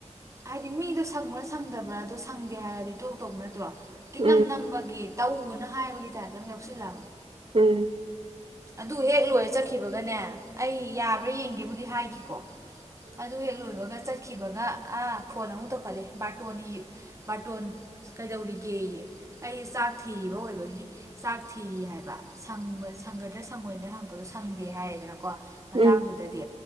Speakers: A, on the right; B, on the right.
A: ꯍꯥꯏꯗꯤ ꯃꯤꯗꯣ ꯁꯪꯕ꯭ꯔꯥ ꯁꯪꯗꯕ꯭ꯔꯥ ꯑꯗꯨꯗꯣ ꯁꯪꯗꯦ ꯍꯥꯏꯔꯗꯤ ꯇꯣꯛ ꯇꯧ ꯅꯠꯇ꯭ꯔꯣ ꯇꯤꯛꯅꯝ
B: ꯎꯝ
A: ꯅꯝꯕꯒꯤ ꯇꯧꯑꯣꯅꯥ ꯍꯥꯏꯕꯒꯤ ꯇꯥꯏꯞ ꯑꯝ ꯌꯥꯎꯁꯤꯜꯂꯛꯑꯕ
B: ꯎꯝ
A: ꯑꯗꯨ ꯍꯦꯛ ꯂꯣꯏꯔ ꯆꯠꯈꯤꯕꯒꯅꯦ ꯑꯩ ꯌꯥꯕ꯭ꯔꯥ ꯌꯦꯡꯒꯦꯕꯨꯗꯤ ꯍꯥꯏꯈꯤꯀꯣ ꯑꯗꯨ ꯍꯦꯛ ꯂꯣꯏꯕꯒ ꯆꯠ ꯆꯛꯈꯤꯕꯒ ꯑꯥ ꯐꯣꯟ ꯑꯃꯨꯛ ꯇꯧꯈꯠꯂꯦ ꯕꯥꯔꯇꯣꯟ ꯕꯥꯔꯇꯣꯟ ꯀꯩꯗꯧꯔꯤꯒꯦ ꯑꯩ ꯆꯥꯛ ꯊꯤꯕ ꯑꯣꯏꯕꯒꯤ ꯆꯥꯛ ꯊꯤꯔꯤ ꯍꯥꯏꯕ ꯁꯪꯕ ꯁꯪꯒꯗ꯭ꯔꯥ ꯁꯪꯉꯣꯏꯗ꯭ꯔꯥ ꯍꯪꯉꯛꯄꯗꯣ ꯁꯪꯗꯦ ꯍꯥꯏꯔꯦꯗꯅ ꯀꯣ ꯃꯇꯥꯡꯗꯨꯗꯗꯤ
B: ꯎꯝ ꯎꯝ